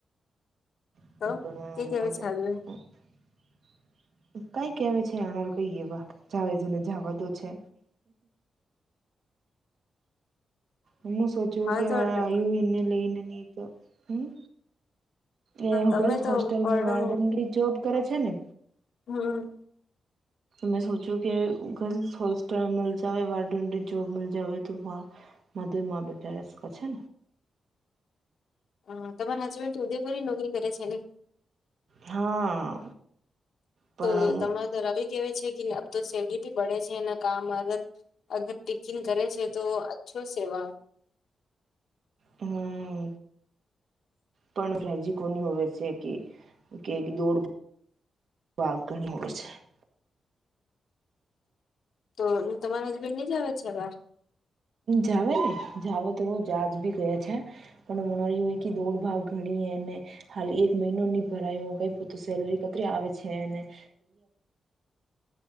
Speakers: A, on the right; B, on the left.
A: એ
B: તો કે કેવા
A: ના
B: છે હાજબેન્ડ
A: એલો. કઈ કેવા છે એનાર કઈ એવા જાવજ ને જવા દો છે. હમું સોચ્યું
B: મારે
A: કેવા
B: તો હા
A: હું એને લે એને ન તો હમ. એ
B: તમે
A: ગર્લ્સ
B: તો
A: હોસ્ટેલ
B: પડો
A: વાર્ડન ભી જોબ કરે છે ને.
B: હમ.
A: મે સોચ્યું કે ગર્લ્સ હોસ્ટેલ માં જાવે વોડન રી જોબ તો. મધુમાં બેસ છે.
B: હ તમાર હસબન્ડ તો ઉદ્યોગોરી નોકરી કરે છે ને.
A: હા. પણ
B: તો તમારે તો રવી કેવા છે કે તો સેલરી બડે છે એના કામ. અગર પિકિંગ કરે છે તો અછો સેવા
A: હમ પણ સજી કોની હોવે છે કે કે દોડ. <inaudible>
B: તો તમારા હસબેન્ડ ની જ આવે છે વા
A: જાવ ને જાવ તો બ જજ ભી ગયા છે પણ મ રહ. દોડ ભાગ ઘણી એ ને. હાલ એક મહિનો નહીં ભરાયો કંઈ બધી સેલરી કઈ થીઆવે છે એને <inaudible>